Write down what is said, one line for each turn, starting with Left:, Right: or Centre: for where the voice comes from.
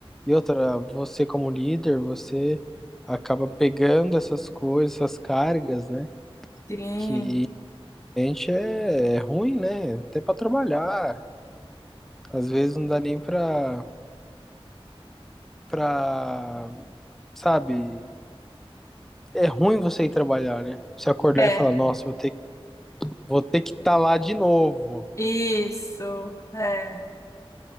Centre: E outra, você como líder, você acaba pegando essas coisas, essas cargas, né?
Left: Sim.
Centre: Que gente é, é ruim, né? Até para trabalhar. Às vezes não dá nem para para, sabe? é ruim você ir trabalhar, né? Você acordar
Left: É,
Centre: e falar, nossa, vou ter, vou ter que estar lá de novo.
Left: isso. É.